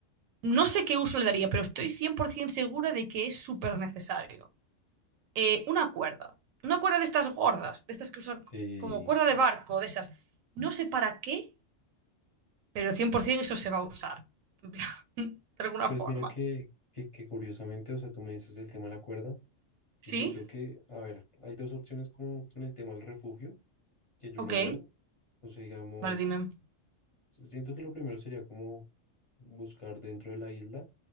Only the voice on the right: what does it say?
no sé qué uso le daría, pero estoy 100% segura de que es súper necesario. Eh, una cuerda. Una cuerda de estas gordas, de estas que usan
como cuerda de barco, de esas. No sé para qué, pero 100% eso se va a usar. <laughs> De alguna
forma.
Sí,
ok.
Vale, dime.